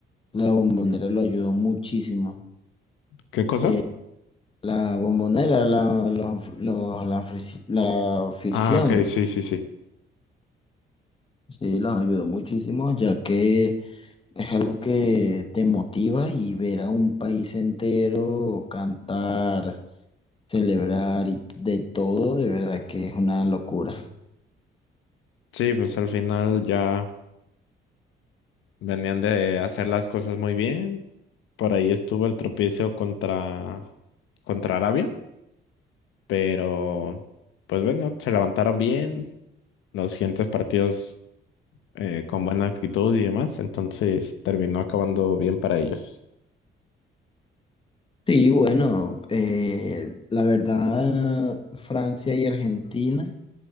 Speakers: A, on the left (about 25°); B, on the left (about 80°).
A: la Bombonera lo ayudó muchísimo.
B: ¿Qué cosa?
A: Eh, la Bombonera, la, los- los- la, afic- la afición,
B: Ah, ok, sí, sí, sí.
A: sí, los ayudó muchísimo, ya que es algo que te motiva y ver a un país entero cantar, celebrar y de todo, de verdad que es una locura.
B: Sí, pues al final ya venían de hacer las cosas muy bien. Por ahí estuvo el tropiezo contra, contra Arabia, pero pues bueno, se levantaron bien. Los siguientes partidos. eh, con buena actitud y demás, entonces terminó acabando bien para ellos.
A: Sí, bueno, eh, la verdad, Francia y Argentina,